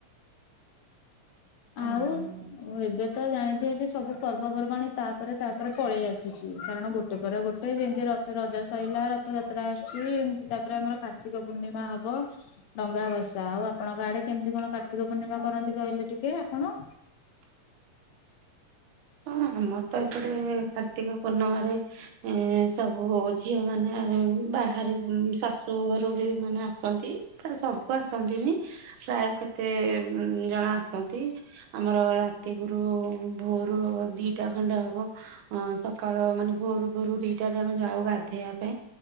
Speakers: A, on the right; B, on the left.
A: <inaudible> ଓହୋ।
B: ଆଉ ଏବେ? ତ ଜାଣିଥିବେ ଯେ ସବୁ ପର୍ବପର୍ବାଣି ତାପରେ ତାପରେ ପଳେଇ ଆସୁଛି କାରଣ ଗୋଟେ ପରେ ଗୋଟେ ଏଇ ଯେମିତି ରଥ ରଜ ସରିଲା ରଥଯାତ୍ରା ଆସୁଛି ଏମିତି ତାପରେ ଆମର କାର୍ତ୍ତିକ ପୂର୍ଣ୍ଣିମା ହବ। ଡଙ୍ଗା ବସା ଆଉ ଆପଣ ଗା ଆଡେ କେମିତି କଣ କାର୍ତ୍ତିକ ପୂର୍ଣ୍ଣିମା କରନ୍ତି କହିଲେ ଟିକେ ଆପଣ?
A: <inaudible> ହଁ ଆମର ତ ଏପଟେ କାର୍ତ୍ତିକ ପୂର୍ଣ୍ଣିମାରେ ଏ ସବୁ ଝିଅ ମାନେ ବାହାରି ଶାଶୁ ଘରୁ ବି ମାନେ ଆସନ୍ତି ପ୍ରାୟ ସବୁ ଆସନ୍ତିନି ପ୍ରାୟ କେତେ ଜଣ ଆସନ୍ତି ଆମର ରାତିଗୁରୁ ଭୋରୁ ଦିଟା ଖଣ୍ଡେ ହବ ସକାଳ ମାନେ ଭୋରୁ ଭୋରୁ ଦିଟା ରେ ଆମେ ଯାଉ ଗାଧେଇବା ପାଇଁ